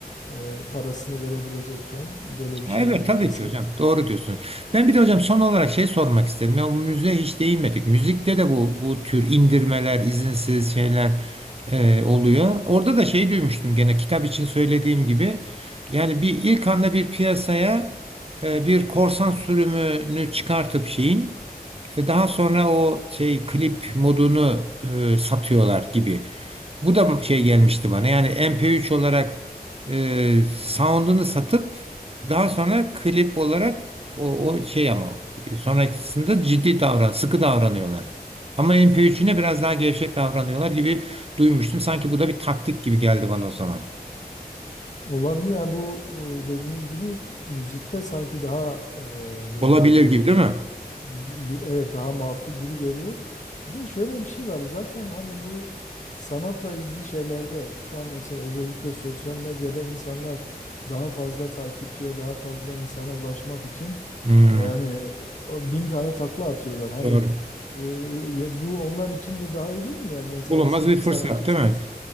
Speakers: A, on the left; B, on the right.
A: e, parasını verebilecekken böyle bir
B: Ha,
A: şeye
B: Evet
A: girmesi.
B: tabii ki hocam. Doğru diyorsunuz. Ben bir de hocam son olarak şey sormak isterim. Ya, bu müziğe hiç değinmedik. Müzikte de bu bu tür indirmeler, izinsiz şeyler e, oluyor. Orada da şey duymuştum gene kitap için söylediğim gibi. Yani bir ilk anda bir piyasaya e, bir korsan sürümünü çıkartıp şeyin e, daha sonra o şey klip modunu e, satıyorlar gibi. Bu da şey gelmişti bana. Yani MP3 olarak e, sound'unu satıp daha sonra klip olarak o, o şey ama sonrakisinde ciddi davran, sıkı davranıyorlar. Ama MP3'üne biraz daha gevşek davranıyorlar gibi duymuştum. Sanki bu da bir taktik gibi geldi bana o zaman.
A: Olabilir. Yani bu e, dediğiniz gibi müzikte sanki daha e, böyle
B: Olabilir
A: belirgin
B: gibi değil mi?
A: Bir, evet daha makul gibi geliyor. Bir de şöyle bir şey var. Zaten hani bu sanatla ilgili şeylerde şu an mesela özellikle sosyal medyada insanlar daha fazla takipçiye, daha fazla insana ulaşmak için
B: Hmm,
A: e, yani o bin tane takla atıyorlar. Hani
B: doğru.
A: e, ya bu onlar için de daha iyi değil mi? Yani mesela
B: Bulunmaz
A: siz
B: bir
A: bir
B: fırsat
A: sanatçısınız.
B: değil mi?